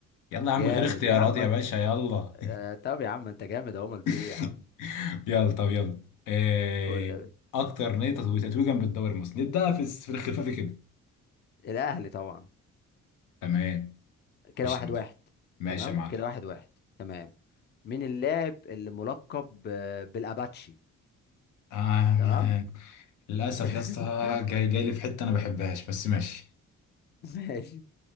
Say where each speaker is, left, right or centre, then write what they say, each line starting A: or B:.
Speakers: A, on the left; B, on the left.
A: يلا يا عم
B: جامد
A: غير اختيارات
B: يا عم
A: يا
B: انت
A: باشا يلا
B: آه، طب يا عم انت جامد اهو امال في
A: <laughs>
B: ايه يا عم
A: يلا طب يلا إيه
B: قول لي.
A: اكتر نادي تتو- تتويجا بالدوري المصري نبدا في الس- في الخفافي كده
B: الاهلي طبعا
A: تمام
B: كده
A: خش
B: واحد
A: يا باشا
B: واحد
A: ماشي
B: تمام
A: يا معلم
B: كده واحد واحد تمام مين اللاعب اللي ملقب ب- بالاباتشي
A: آه
B: تمام
A: للأسف
B: <laughs>
A: يا اسطى جاي جاي لي في حتة أنا بحبهاش بس ماشي
B: ماشي